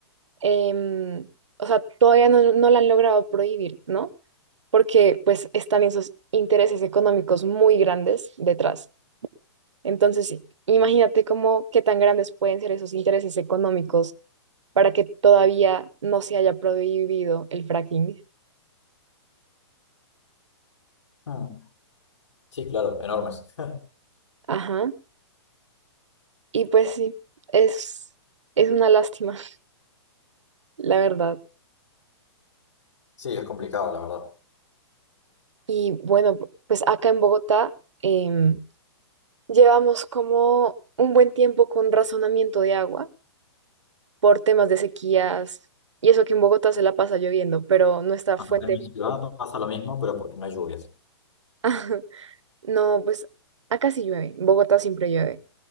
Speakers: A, on the right (about 80°); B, on the left (about 85°).
A: em, o sea, todavía no, no la han logrado prohibir, ¿no? Porque pues están esos intereses económicos muy grandes detrás. Entonces, sí, imagínate cómo qué tan grandes pueden ser esos intereses económicos para que todavía no se haya prohibido el fracking.
B: Mm. Sí, claro, enormes. <laughs>
A: Ajá. Y pues sí, es, es una lástima, <laughs> la verdad.
B: Sí, es complicado, la verdad.
A: Y bueno, p- pues acá en Bogotá em, llevamos como un buen tiempo con razonamiento de agua por temas de sequías y eso que en Bogotá se la pasa lloviendo, pero nuestra
B: Bueno,
A: fuente,
B: en mi ciudad pasa lo mismo, pero porque no hay lluvias.
A: <laughs> no, pues acá sí llueve, en Bogotá siempre llueve,